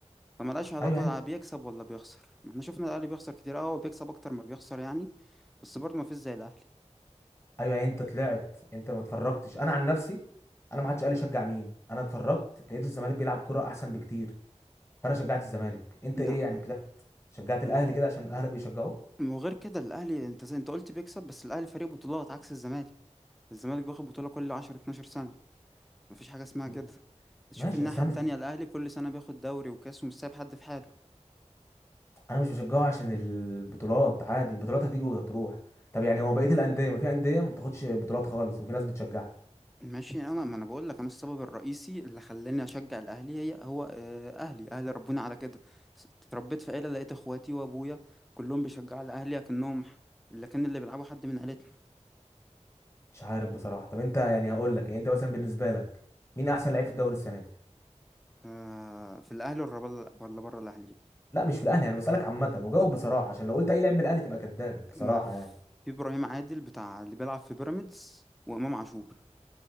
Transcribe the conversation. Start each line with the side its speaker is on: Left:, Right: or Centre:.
Centre: فملهاش علاقه
Left: ايوه
Centre: لا بيكسب ولا بيخسر ما احنا شفنا الاهلي بيخسر كتير اه هو بيكسب اكتر ما بيخسر يعني بس برضه ما فيش زي الاهلي
Left: ايوه يعني انت طلعت انت ما اتفرجتش انا عن نفسي انا ما حدش قال لي شجع مين انا اتفرجت لقيت الزمالك بيلعب كرة احسن بكتير فانا شجعت الزمالك انت
Centre: لا
Left: ايه يعني طلعت شجعت الاهلي كده عشان اهلك بيشجعوه
Centre: وغير كده الاهلي انت زي انت قلت بيكسب بس الاهلي فريق بطولات عكس الزمالك الزمالك بياخد بطوله كل 10 12 سنه ما فيش حاجه اسمها
Left: م-
Centre: كده تشوف
Left: ماشي
Centre: الناحيه
Left: بس انا
Centre: التانية
Left: مش
Centre: الاهلي كل سنه بياخد دوري وكاس ومش سايب حد في حاله
Left: انا مش بشجعه عشان البطولات عادي البطولات هتيجي وهتروح طب يعني هو بقية الاندية ما في اندية ما بتاخدش بطولات خالص وفي ناس بتشجعها
Centre: ماشي انا ما انا بقول لك انا السبب الرئيسي اللي خلاني اشجع الاهلي هي هو آه، اهلي اهلي ربوني على كده س- اتربيت في عيله لقيت اخواتي وابويا كلهم بيشجعوا الاهلي اكنهم ح- اللي كان اللي بيلعبوا حد من عيلتنا
Left: مش عارف بصراحة طب انت يعني هقول لك يعني انت مثلا بالنسبة لك مين احسن لعيب في الدوري السنة دي
Centre: آه، في الاهلي ولا بره ولا بره الاهلي
Left: لا مش في الاهلي انا بسألك عامة وجاوب بصراحة عشان لو قلت اي لاعب من الاهلي تبقى كذاب بصراحة
Centre: ما في
Left: يعني
Centre: ابراهيم عادل بتاع اللي بيلعب في بيراميدز وامام عاشور